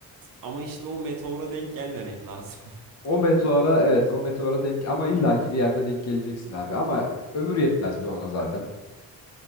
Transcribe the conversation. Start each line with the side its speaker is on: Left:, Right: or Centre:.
Right: Ama işte o meteora denk gelmemek lazım. <laughs>
Left: O meteora evet o meteora denk ama illaki bir yerde denk geleceksin abi. Ama ömür yetmez be ona zaten.